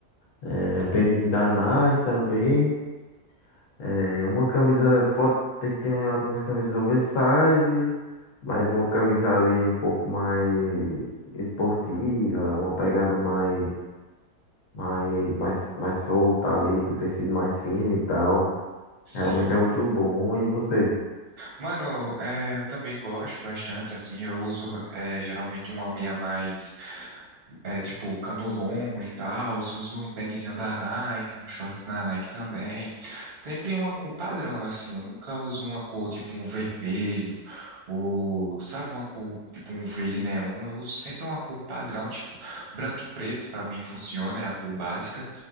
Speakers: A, on the left; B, on the right.
A: É, um tênis da Nike também. É, uma camisa, pode ter que ter algumas camisas oversize, mas uma camisa ali um pouco mais esportiva, uma pegada mais, mais, mais, mais solta ali, do tecido mais fino e tal.
B: Sim.
A: Realmente é muito bom. E você?
B: Mano, é, eu também gosto bastante, assim, eu uso é, geralmente uma meia mais. é, tipo, cano longo e tal, uso um tênisinho da Nike, um short da Nike também. Sempre uma cor padrão, assim, eu nunca uso uma cor, tipo, um vermelho, ou, sabe, uma cor, tipo, um verde neon, eu uso sempre uma cor padrão, tipo, branco e preto, pra mim funciona, é a cor básica,